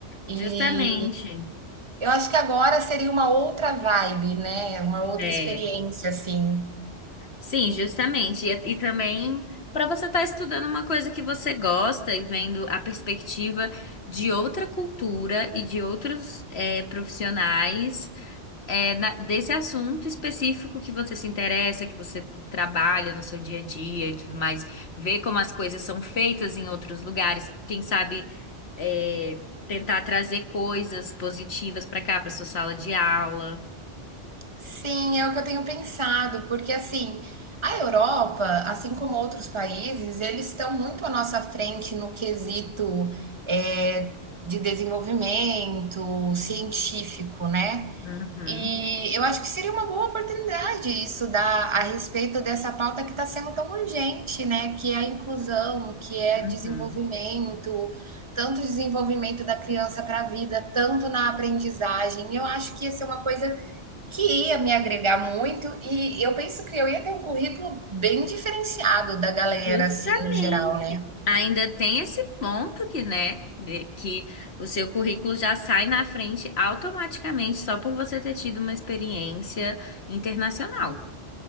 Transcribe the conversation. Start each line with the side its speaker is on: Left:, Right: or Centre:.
Right: E
Left: justamente.
Right: Eu acho que agora seria uma outra vibe, né, uma outra
Left: é
Right: experiência, assim.
Left: Sim, justamente. E, e também para você estar estudando uma coisa que você gosta e vendo a perspectiva de outra cultura e de outros eh, profissionais eh, na- desse assunto específico que você se interessa, que você trabalha no seu dia a dia e tudo mais. Ver como as coisas são feitas em outros lugares. Quem sabe eh, tentar trazer coisas positivas para cá, para sua sala de aula.
Right: Sim, é o que eu tenho pensado, porque assim, a Europa, assim como outros países, eles estão muito à nossa frente no quesito, eh, de desenvolvimento científico, né?
Left: Uhum,
Right: E eu acho que seria uma boa oportunidade estudar a respeito dessa pauta que está sendo tão urgente, né? Que é a inclusão, que é
Left: uhum.
Right: desenvolvimento, tanto desenvolvimento da criança para a vida, tanto na aprendizagem. Eu acho que ia ser uma coisa que ia me agregar muito, e eu penso que eu ia ter um currículo bem diferenciado da galera,
Left: Justamente.
Right: assim, no geral, né?
Left: Ainda tem esse ponto que, né, de- que o seu currículo já sai na frente automaticamente só por você ter tido uma experiência internacional.